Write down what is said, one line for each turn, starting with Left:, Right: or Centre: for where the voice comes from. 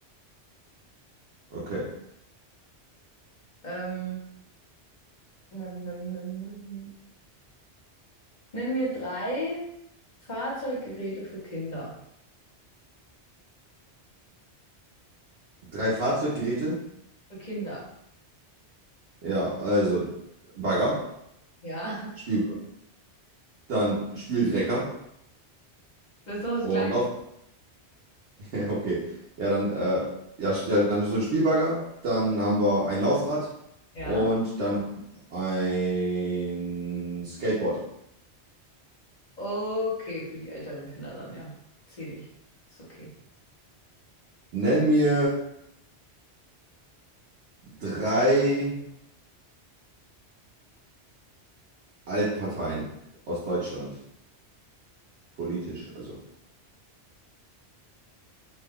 Right: Okay.
Left: Ähm, nimm, nimm, nimm, nimm. Nenn mir drei Fahrzeuggeräte für Kinder.
Right: Drei Fahrzeuggeräte?
Left: Für Kinder.
Right: Ja, also Bagger,
Left: Ja.
Right: Spiel, dann Spieldrecker
Left: Das ist doch das
Right: und
Left: Gleiche.
Right: Lauf. <laughs> Ja, Okay. Ja, dann, äh, ja, st- ja, dann so ein Spielbagger, dann haben wir ein Laufrad
Left: Ja.
Right: und dann ein Skateboard.
Left: Okay, für die älteren Kinder dann, ja. Zähle ich. Ist okay.
Right: Nenn mir drei Altparteien aus Deutschland, politisch, also.